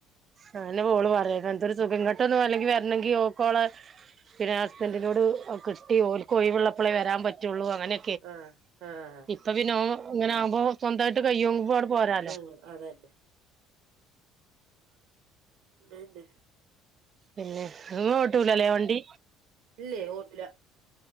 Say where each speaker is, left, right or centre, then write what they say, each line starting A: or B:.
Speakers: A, on the right (about 40°); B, on the right (about 70°).
A: ആഹ് അതന്നെ ഓള് പറയാണ് എന്തൊരു സുഖം ഇങ്ങോട്ടൊന്നും അല്ലെങ്കി വരണെങ്കിഓൾക്ക് ഓളെ പിന്നെ ഹസ്ബന്റിനോട്അവകിഷ്ട്ടി
B: ആഹ്
A: ഓൾക്ക് ഓഴിവിള്ളപ്പളേ വരാൻ പറ്റുള്ളൂ അങ്ങനെ
B: ആഹ് ആഹ്
A: അപ്പ പിന്നെ ഓൻ ഇങ്ങനാവുമ്പോ സൊന്തായ്ട്ട് കയ്യുമ്പോങ്ങട് പോരാ
B: ഉം ആണല്ലെ അയ്ന്തെ
A: പിന്നെ നിങ്ങ ഓട്ടുല്ലലെ വണ്ടി
B: ഇല്ലേ ഓട്ടുല